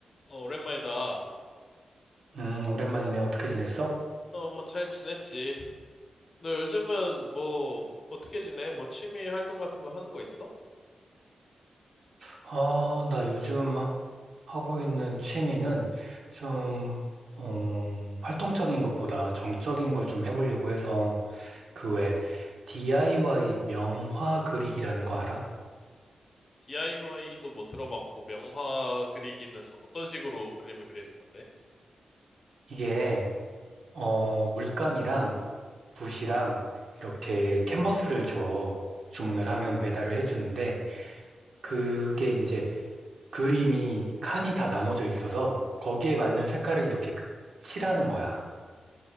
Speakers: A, on the left; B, on the right.
A: 어, 오랜만이다.
B: 음, 오랜만이네. 어떻게 지냈어?
A: 어, 뭐 잘 지냈지? 너 요즘은 뭐 어떻게 지내? 뭐 취미 활동 같은 거 하는 거 있어?
B: 아, 나 요즘 하- 하고 있는 취미는 좀, 어, 활동적인 것보다 정적인 걸 좀 해보려고 해서 그 외 DIY 명화 그리기라는 거 알아?
A: DIY도 뭐 들어봤고 명화 그리기는 어떤 식으로 그림을 그리는 건데?
B: 이게, 어, 물감이랑 붓이랑 이렇게 캔버스를 줘. 주문을 하면 배달을 해주는데 그게 이제 그림이 칸이 다 나눠져 있어서 거기에 맞는 색깔을 이렇게 그- 칠하는 거야.